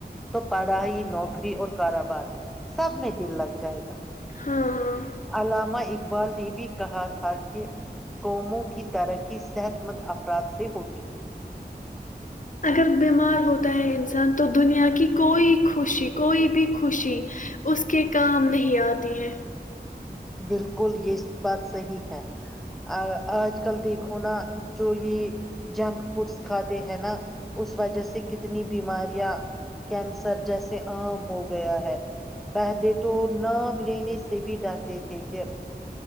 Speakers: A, in the centre; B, on the left.
A: تو پڑھائی نوکری اور کاروبار سب میں دل لگ جائے گا
B: ہاں ہاں
A: اللاما اقبال نے بھی کہا تھا کہ قوموں کی ترقی صحت مند افراد سے ہوتی ہے
B: اگر بیمار ہوتا ہے انسان تو دنیا کی کوئی خوشی کوئی بھی خوشی اس کے کام نہیں آتی ہے
A: بالکل بالکل یہ بات صحیح ہے آج کل دیکھو نا جو یہ جنک فوڈس کھاتے ہیں نا اس وجہ سے کتنی بیماریاں کینسر جیسے عام ہو گیا ہے پہلے تو نام لینے سے بھی ڈرتے ٹھیک ہے